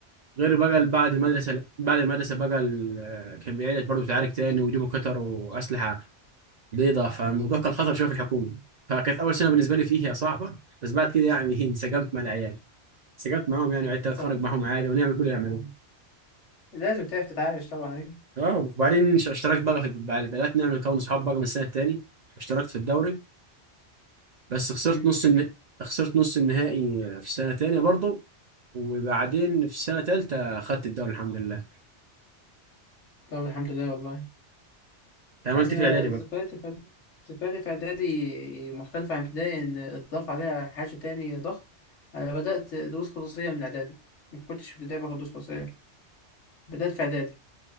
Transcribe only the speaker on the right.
غير بقى ال- بعد المدرسة بعد المدرسة بقى ال- آه، كان بيعيد برضه تعارك تاني ويجيبوا كتر وأسلحة بيضة فالموضوع كان خطر شوية في الحكومة فكانت أول سنة بالنسبة لي فيها صعبة بس بعد كده يعني <laughs> انسجمت مع العيال انسجمت معاهم يعني وعدت أتخرج
معاهم عادي ونعمل كل اللي يعملوه
اه وبعدين ش- اشتركت بقى في بعد- بدأت نعمل نكون صحاب بقى من السنة التانية اشتركت في الدوري بس خسرت
نص الن... خسرت نص النهائي في السنة التانية برضه وبعدين في السنة التالتة خدت الدوري الحمد لله
عملت
إيه في الإعدادي
بقى